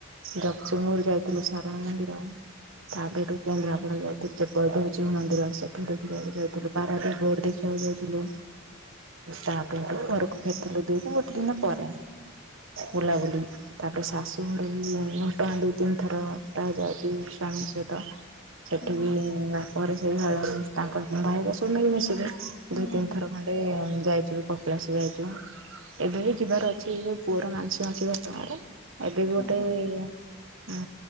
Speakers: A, on the right (about 60°); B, on the left (about 40°).
A: ଜଗତସିଂହପୁର ଯାଇଥିଲୁ ସାରଳା ମନ୍ଦିର ତାପରେ ହେଠୁ କେନ୍ଦ୍ରାପଡା ଯାଇଥିଲୁ <unintelligible> ମନ୍ଦିର ସେଠୁ ଦେଖି ଯାଇଥିଲୁ <unintelligible> କୁ ଯାଉଥିଲୁ ତାପରେ ହେଟୁ ଘରକୁ ଫେରିଥିଲୁ ଦୁଇ ଦିନ ଗୋଟେ ଦିନ ପରେ।
B: ହ <inaudible>
A: ବୁଲାବୁଲି। ତାପରେ ଶାଶୁ ଘରୁ ବି ଘଟଗାଁ ଦୁଇ ତିନି ଥର ପ୍ରାୟ ଯାଇଚି ସ୍ଵାମୀ ସହିତ। ସେଠି
B: ହୁଁ
A: ବି ତାପରେ ସେଇ ତାଙ୍କ ଭାଇର ସବୁ ମ- ମିଶିବେ।
B: ହୁଁ
A: ଦୁଇ ତିନି ଥର ଖଣ୍ଡେ ଯାଇ କପିଳାସ ଯାଇଥିନୁ ଏବେ ବି ଯିବାର ଅଛି ଯୋଉ ପୁଅର ମାଂସିକ ଅଛି ତାଙ୍କର। ଏବେ ବି ଗୋଟେ
B: ଓହୋ
A: ହୁଁ